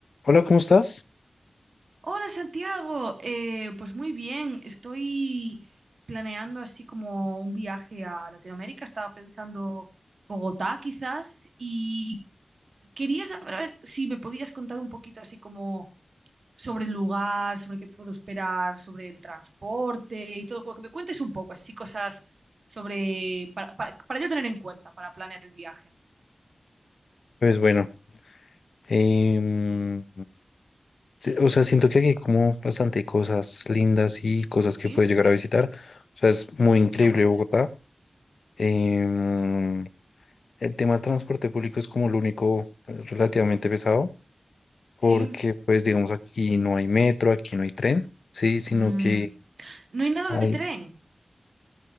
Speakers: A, on the left (about 75°); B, on the right (about 70°).
A: Hola, ¿cómo estás?
B: Hola Santiago, Eh, pues muy bien, estoy planeando así como un viaje a Latinoamérica, estaba pensando Bogotá quizás y quería saber a ver, si me podías contar un poquito así como sobre el lugar, sobre qué puedo esperar, sobre el transporte y todo, como que me cuentes un poco así cosas sobre para, para, para yo tener en cuenta para planear el viaje,
A: Pues bueno, em, sí, o sea, siento que aquí hay como bastante cosas lindas y cosas
B: ¿sí?
A: que puedes llegar a visitar. O sea, es muy increíble
B: Qué guay,
A: Bogotá. Em, el tema del transporte público es como lo único eh, relativamente pesado, porque
B: ¿sí?
A: pues digamos aquí no hay metro, aquí no hay tren, sí, sino
B: Mm,
A: que
B: ¿No hay nada
A: hay,
B: de tren?